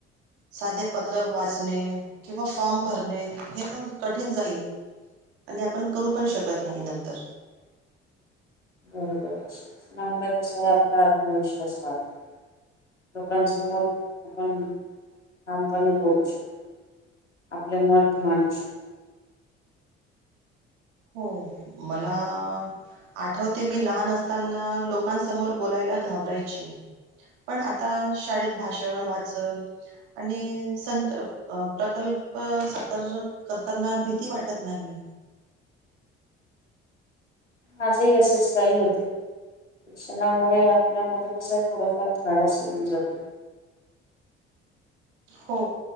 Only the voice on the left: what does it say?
बरोबर आहे शिक्षणामुळे कसं आहे, आपला आत्मविश्वास वाढतो. लोकांसमोर आपण ठामपणे बोलू शकतो. आपले मत मांडू शक
माझे ही असेच काही होते. शिक्षणामुळे आपल्यामध्ये कसं थोडंफार धाडस येऊन जाते.